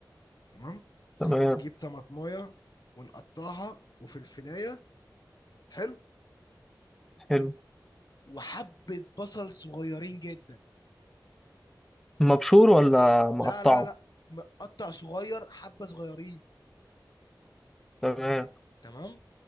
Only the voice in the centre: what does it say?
تمام
حلو
مبشور ولا مقطعه
تمام